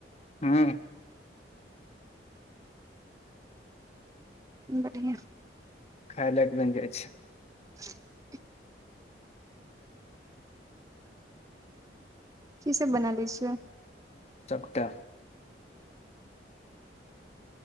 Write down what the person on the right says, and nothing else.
बढ़िआ
<inaudible> कि सभ बना ले छियै